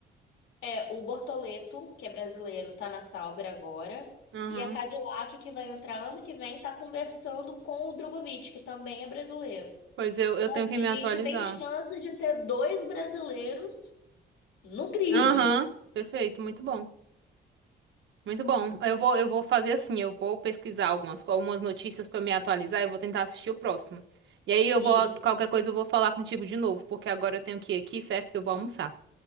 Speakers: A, on the left (about 85°); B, on the right (about 70°).
A: É, o Bortoleto, que é brasileiro, tá na Sauber agora.
B: Aham.
A: E a Cadillac, que vai entrar ano que vem, tá conversando com o Drogovic, que também é brasileiro.
B: Pois eu, eu
A: Então,
B: tenho
A: assim,
B: que me
A: a gente
B: atualizar.
A: tem chance de ter dois brasileiros no grid.
B: Aham. Perfeito, muito bom. Muito bom. Eu vou, eu vou fazer assim, eu vou pesquisar algumas, algumas notícias pra me atualizar e vou tentar assistir o próximo. E aí eu
A: E
B: vou, qualquer coisa eu vou falar contigo de novo, porque agora eu tenho que ir aqui, certo? Que eu vou almoçar.